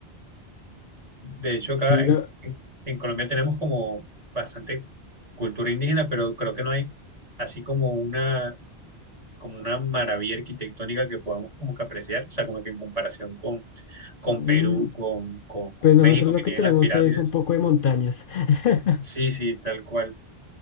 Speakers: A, on the right (about 35°); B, on the left (about 60°).
A: De hecho,
B: Sí,
A: acá en,
B: la-
A: en- en Colombia tenemos como bastante cultura indígena, pero creo que no hay así como una, como una maravilla arquitectónica que podamos como que apreciar, o sea, como que en comparación con, con
B: Mm,
A: Perú, con, con, con
B: Pues nosotros
A: México,
B: lo
A: que
B: que
A: tienen
B: tenemos
A: las pirámides.
B: es un poco de montañas. <laughs>
A: Sí, sí, tal cual.